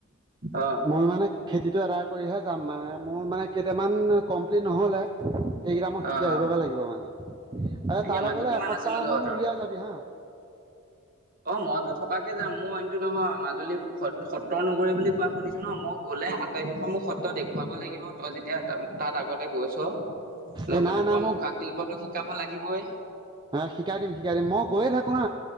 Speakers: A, on the right (about 40°); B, on the right (about 20°).
A: অ',
B: মই মানে খেতিটো এদায় কৰিহে যাম মানে, মোৰ মানে কেইটামান কমপ্লিট নহ'লে। সেইকেইটা মই
A: অ',
B: শিকি আহিবগৈ
A: অ'।
B: লাগিব মানে। এ
A: তাকে
B: তালৈ
A: মাটি
B: গ'লে
A: কিমান
B: এসপ্তাহ
A: আছেনো তহঁতৰ?
B: মান উলিয়াই যাবি হা।
A: অ' মইতো থকাকে যাম। মোৰ অইনটো নহয়, মাজুলী সত্ৰৰ নগৰী বুলি কোৱা শুনিছা ন! মই গ'লে আটাইকেইখন সত্ৰ মোক দেখুৱাব লাগিব। তই যেতিয়া তাত আগতে গৈছ লগতে
B: এ নাই
A: তোৰ
B: নাই
A: মুখা শিল্পতো শিকাব লাগিবই।
B: অ' শিকাই দিম শিকাই দিম। মই গৈয়ে থাকো ন,